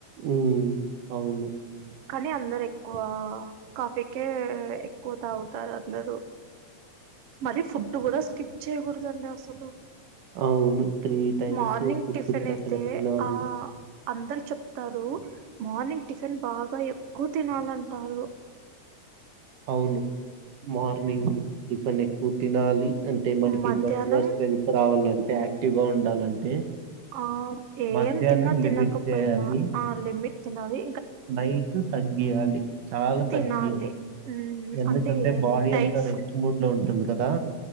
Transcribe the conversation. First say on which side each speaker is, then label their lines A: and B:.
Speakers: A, on the right; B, on the right.
A: ఉ అవును
B: కానీ అందరు ఎక్కువ కాఫీకే ఎక్కువ తాగుతారు అందరు మరి ఫుడ్ కూడా స్కిప్ చేయకూడదండి అసలు.
A: అవును three times
B: morning
A: food
B: tiffin
A: correct
B: అయితే
A: గా తినాలి
B: ఆ అందరు చెప్తారు మార్నింగ్ టిఫిన్ బాగా ఎక్కువ తినాలంటారు
A: అవును మార్నింగ్
B: మ్మ్.
A: టిఫిన్ తినాలి అంటే మనకి
B: మధ్యాహ్నం
A: మ స్ట్రెంత్ రావాలంటే యాక్టివ్ గా ఉండాలంటే
B: ఆ ఏం
A: మధ్యాహ్నం
B: తిన్నా తిన్నాకపోయిన్నా
A: లిమిట్ చేయాలి.
B: ఆ లిమిట్ చిన్నది
A: నైట్ తగ్గియాలి చాలా
B: తినాలి
A: తగ్గియాలి
B: మ్మ్,
A: ఎందుకంటే
B: అంటే ఏమి
A: బాడీ
B: డైట్
A: అంత
B: ఫుడ్
A: రెస్ట్ మూడ్ లో ఉంటుంది కదా